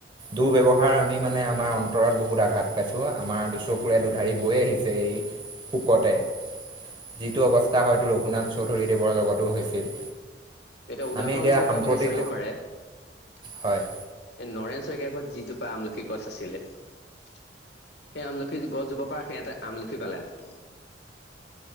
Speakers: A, on the right; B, on the left.
A: দু ব্যৱহাৰ আমি মানে আমাৰ অন্তৰত বহুত আঘাত পাইছোঁ আমাৰ দুচকুৰে দুধাৰি বৈ আহিছে এই শুকতে যিটো অৱস্থা হয়তো ৰঘুনাথ চৌধুৰীদেৱৰ লগতো হৈছিল।
B: এতিয়া উদাহৰণস্বৰপে
A: আমি সাম্প্ৰতিক
B: আপুনি চাব পাৰে এই
A: হয়
B: নৰেন শইকীয়া ঘত যিজোপা আমলখি গছ আছিলে। সেই আমলখি গছজোপা পা সেহেতে আমলখি পালেহেঁতে তেন।